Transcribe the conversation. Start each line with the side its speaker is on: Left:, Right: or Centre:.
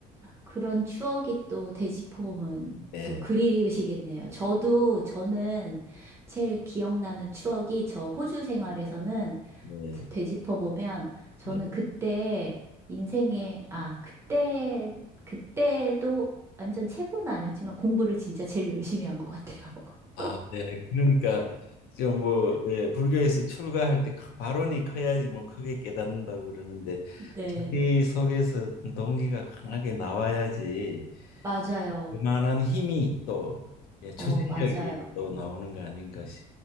Right: 그런 추억이 또 되짚어보면
Left: 네,
Right: 또 그리우시겠네요. 저도, 저는 제일 기억나는 추억이 저 호주 생활에서는
Left: 네,
Right: 되짚어보면 저는
Left: 네.
Right: 그때 인생에, 아, 그때, 그때도 완전 최고는 아니었지만 공부를 진짜 제일 열심히 한 것 같아요. <laughs>
Left: 아, 네. 그러니까 지금 뭐 예, 불교에서 출가할 때 크- 발언이 커야지 뭐 크게 깨닫는다고 그러는데
Right: 네.
Left: 자기 속에서 어떤 동기가 강하게 나와야지
Right: 맞아요.
Left: 그만한 힘이 또 예, 추진력이
Right: 어, 맞아요.
Left: 또 나오는 거 아닌가 싶-